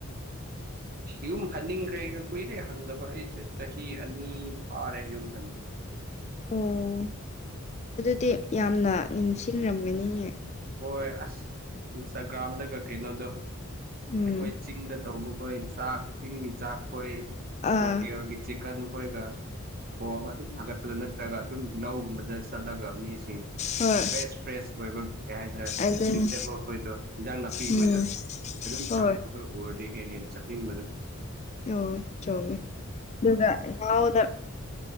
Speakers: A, on the right; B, on the left.
A: ꯌꯨꯝ ꯍꯟꯅꯤꯡꯈ꯭ꯔꯦ ꯀꯨꯏꯔꯦ ꯍꯟꯗꯕ ꯑꯩꯁꯦ ꯆꯍꯤ ꯑꯅꯤ ꯐꯥꯔꯦ ꯌꯨꯝ ꯍꯟꯕ <inaudible>
B: ꯑꯣ ꯑꯗꯨꯗꯤ ꯌꯥꯝꯅ ꯅꯤꯡꯁꯤꯡꯔꯝꯒꯅꯤꯌꯦ
A: ꯍꯣꯏ ꯑꯁ ꯏꯟꯁꯇꯥꯒ꯭ꯔꯥꯝꯗꯒ ꯀꯩꯅꯣꯗꯣ
B: ꯎꯝ
A: ꯑꯩꯈꯣꯏ ꯆꯤꯡꯗ ꯇꯧꯕꯈꯣꯏ ꯆꯥꯛ ꯆꯤꯡꯒꯤ ꯆꯥꯛ ꯈꯣꯏ
B: ꯑꯥ
A: ꯂꯣꯀꯦꯜꯒꯤ ꯆꯤꯛꯀꯟ ꯈꯣꯏꯒ ꯊꯣꯡꯉꯥ ꯑꯗꯨꯝ ꯊꯥꯒꯠꯄꯗꯣ ꯅꯠꯇ꯭ꯔꯒ ꯑꯗꯨꯝ ꯂꯧꯒꯨꯝꯕꯗ ꯆꯠꯂꯒ ꯃꯤꯁꯤꯡ
B: ꯍꯣꯏ
A: ꯐ꯭ꯔꯦꯁ ꯐ꯭ꯔꯦꯁ ꯑꯣꯏꯕ ꯀꯩ ꯍꯥꯏꯇꯥꯔꯦ
B: ꯑꯗꯨꯅꯤ
A: ꯚꯤꯖꯤꯇꯦꯕꯜ ꯈꯣꯏꯗꯣ ꯏꯟꯖꯥꯡ ꯅꯥꯄꯤ ꯑꯩꯈꯣꯏꯗꯣ
B: ꯎꯝ
A: ꯑꯗꯨꯝ
B: ꯍꯣꯏ
A: ꯊꯥꯒꯠꯄ ꯎꯔꯗꯤ ꯍꯦꯟꯅ ꯍꯦꯟꯅ ꯆꯠꯅꯤꯡꯕꯗꯣ
B: ꯑꯣ ꯆꯣ ꯑꯗꯨꯒ ꯌꯥꯎꯗ